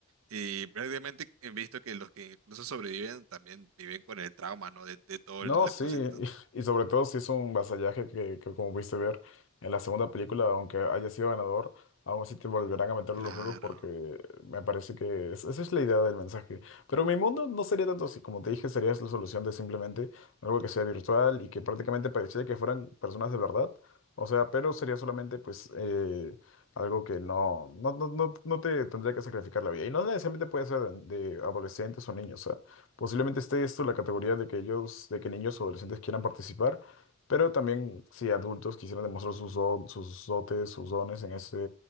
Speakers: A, on the right; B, on the left.
A: Y prácticamente he visto que los que incluso sobreviven también viven con el trauma, ¿no? De, de todo
B: No,
A: el- la
B: sí,
A: cosa.
B: <laughs>
A: ento-
B: y, y sobre todo si es un vasallaje que, que como pudiste ver en la segunda película, aunque haya sido ganador, aún así te volverán a meter
A: claro.
B: los juegos porque me parece que es- esa es la idea del mensaje. Pero mi mundo no sería tanto así, como te dije, sería la solución de simplemente algo que sea virtual y que prácticamente pareciera que fueran personas de verdad. O sea, pero sería solamente pues eh, algo que no, no, no, no, no te tendría que sacrificar la vida. Y no necesariamente puede ser de, de adolescentes o niños, Posiblemente esté esto en la categoría de que ellos, de que niños o adolescentes quieran participar, pero también si adultos quisieran demostrar sus, do- sus dotes, sus dones en ese,